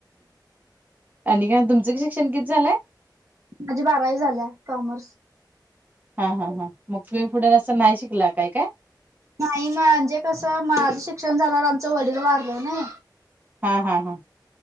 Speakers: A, on the right; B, on the right.
A: आणि काय तुमचं शिक्षण किती झालंय?
B: माझी बारावी झाल्या... कॉमर्स
A: हा हा हा... मग तुम्ही पुढे... असं नाही शिकला काय काय?
B: नाही म्हणजे कसं, माझं शिक्षण झाल्यावर आमचं वडील वारलं ना
A: हा हा हा